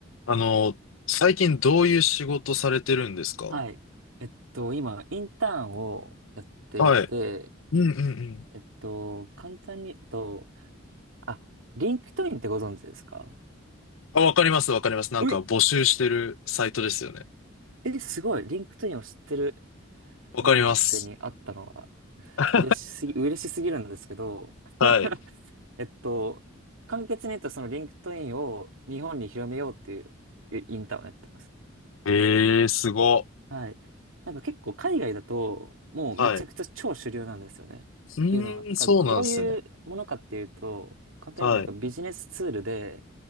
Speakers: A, on the left; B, on the right.
A: あの、最近どういう仕事されてるんですか
B: はい。えっと、今、インターンをやっていて、
A: はい。うんうんうん。
B: えっと、簡単に言うと、あ、リンクトインってご存知ですか
A: あ、わかりますわかります。なんか募集してるサイトですよね。
B: うい、え、すごい。リンクトインを知ってる
A: わかります。
B: 日本学生に会ったのは、
A: <laughs>
B: 嬉しすぎ、嬉しすぎるんですけど、
A: はい。
B: <laughs> えっと、簡潔に言うと、そのリンクトインを日本に広めようっていうインターンをやってます。
A: えー、すご。
B: はい。なんか結構海外だと、もうめちゃくちゃ超主流なんですよね。
A: はい。うーん、
B: っていうのは、なんかどういうものかっていうと、
A: そうなんですね。
B: 簡単に言うとなんかビジネスツールで、
A: はい。